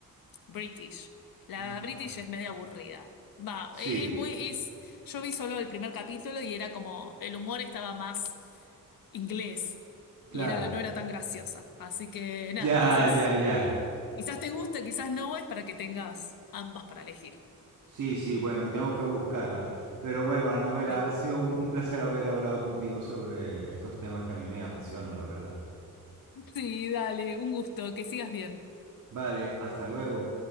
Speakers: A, on the left; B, on the right.
A: British. La
B: Ah.
A: British es medio aburrida. Va,
B: Sí,
A: e- es, muy, es, yo vi solo el primer capítulo y era como, el humor estaba más inglés y
B: claro.
A: era, no era tan graciosa. Así que nada,
B: Ya,
A: quizás,
B: ya, ya.
A: quizás te guste, quizás no, es para que tengas ambas para elegir.
B: Sí, sí, bueno, tengo que buscarla. Pero bueno, Anabela,
A: Sí.
B: ha sido un, un placer haber hablado contigo sobre estos temas que a mí me apasionan, la verdad.
A: Sí, dale, un gusto, que sigas bien.
B: Vale, hasta luego.